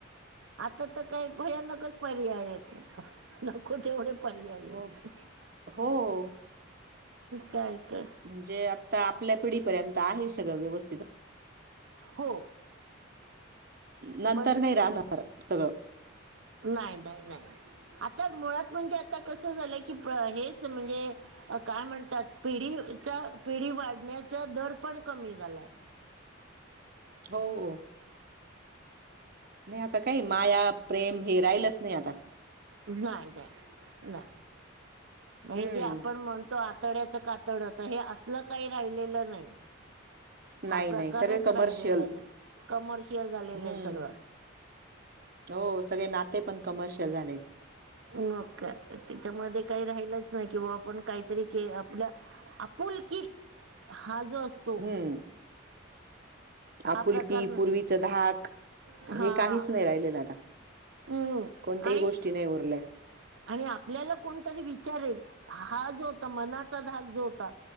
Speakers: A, on the right; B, on the right.
A: आता तर काही भयानकच पर्याय आहेत, नको तेवढे. पर्यायेत
B: हो. हो
A: काय तर.
B: म्हणजे, आता आपल्या पिढीपर्यंत आहे सगळं व्यवस्थित.
A: हो.
B: नंतर
A: पण
B: नाही राहणार सगळं.
A: नाही नाही नाही आता मुळात म्हणजे, आता कसं झालंय की हेच म्हणजे. अ काय म्हणतात, पिढीचा पिढी वाढण्याचा दर पण कमी झालाय.
B: हो, नाही आता काही माया. प्रेम हे राहिलंच नाही आता.
A: नाही नाही नाही मग, हे
B: हम्म.
A: जे आपण म्हण आतड्याच कातड तर हे, असलं काही राहिलेलं नाही.
B: नाही,
A: हा प्रकारच
B: नाही सगळे कमर्शियल
A: राहिलेला नाही, कमर्शियल झालेला
B: हम्म.
A: सगळं.
B: हो सगळे नाते पण, कमरशेल झालेत.
A: मग काय तेच्यामध्ये काही राहिलंच नाही की बुवा, आपण काहीतरी के आपल्या. आपुलकी हा जो अस
B: हम्म.
A: हा
B: आपुलकी
A: प्रकार नाही
B: पूर्वीचं
A: आहे
B: धाक
A: हा
B: हे, काहीच नाही राहिलेलं आता.
A: हम्म
B: कोणत्याही
A: आणि
B: गोष्टी नाही उरल्या.
A: आणि आपल्याला कोणतरी विचारेल, हा जो होता मनाचा धाग जो होता.